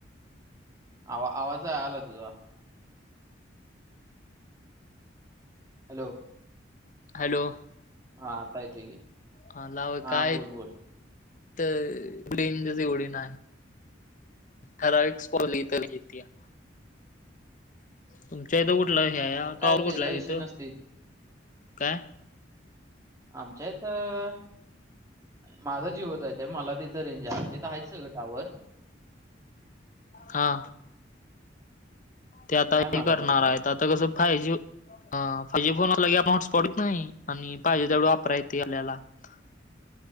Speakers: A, on the right; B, on the left.
A: आवा आवाज <unintelligible> हॅलो!
B: हॅलो!
A: हा! आता येतोय की,
B: हा ना! आओ
A: हा
B: काय
A: बोल बोल
B: त रेंजच एवढी नाही. <unintelligible> तुमच्या
A: हा
B: इथं कुठला
A: हा
B: हे हाया?
A: मग काय
B: टॉवर
A: त्याचा
B: कुठला आहे
A: विषय
B: तिथं?
A: नसते
B: काय?
A: आमच्या इथं माझा जिओचा हाय, त्यामुळं मला तिथं रेंज हाय. हित हाईत सगळं टॉवर
B: हा! ते आता
A: आहे
B: हे
A: मला
B: करणार
A: रेंज इथं
B: आहेत. आता कसं फायजी हा! फायजी बनवलं की, आपण <unintelligible> नाही आणि पाहिजे तेवढं वापरा येतेयं आपल्याला. <unintelligible>